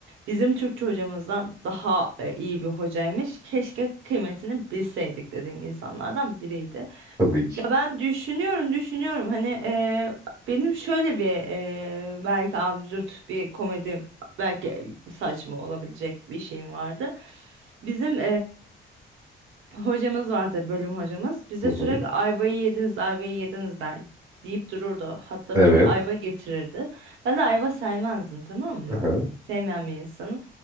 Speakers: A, on the right; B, on the right.
A: bizim Türkçe hocamızdan daha e, iyi bir hocaymış. Keşke kıymetini bilseydik dediğim insanlardan biriydi.
B: Tabii ki.
A: Ya ben düşünüyorum, düşünüyorum. Hani eee, benim şöyle bir eee, belki absürt bir komedi belki saçma olabilecek bir şeyim vardı. Bizim Hocamız vardı bölüm hocamız. Bize
B: Hı
A: sürekli
B: hı.
A: ayvayı yediniz, ayvayı yediniz der deyip dururdu. Hatta
B: Evet.
A: böyle ayva getirirdi. Ben de ayva sevmezdim tamam mı?
B: Hı hı.
A: Sevmeyen bir insanım.